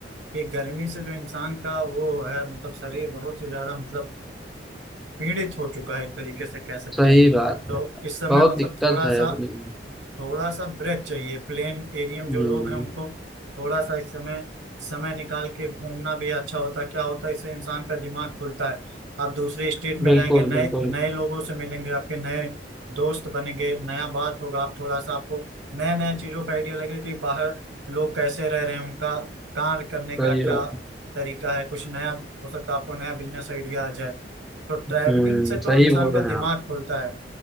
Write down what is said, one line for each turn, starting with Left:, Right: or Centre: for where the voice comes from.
Right: कि गर्मी से जो इंसान का वो है मतलब शरीर बहुत ही ज्यादा मतलब पीड़ित हो चुका है एक तरीके से कह सकते
Centre: सही
Right: हैं
Centre: बात
Right: तो
Centre: है
Right: इस समय
Centre: बहुत
Right: मतलब
Centre: दिक्कत
Right: थोड़ा
Centre: है
Right: सा
Centre: अपनी
Right: थोड़ा सा ब्रेक चाहिए प्लेन एरिया में
Centre: हम्म,
Right: जो लोग हैं उनको थोड़ा सा इस समय समय निकाल के घूमना भी अच्छा होता है क्या होता है इससे इंसान का दिमाग खुलता है आप दूसरे स्टेट में
Centre: बिल्कुल
Right: जाएंगे नए
Centre: बिल्कुल
Right: नए लोगों से मिलेंगे आपके नए दोस्त बनेंगे नया बात होगा आप थोड़ा सा आपको नया नया चीजों का आइडिया लगे कि बाहर लोग कैसे रह रहे हैं उनका कार्य करने का
Centre: सही
Right: क्या
Centre: बात
Right: तरीका है कुछ नया हो सकता है आपको नया बिजनेस आइडिया आ जाए तो ट्रैवलिंग
Centre: हम्म
Right: से तो
Centre: सही
Right: इंसान
Centre: बोल
Right: का
Centre: रहे
Right: दिमाग
Centre: हैं आप
Right: खुलता है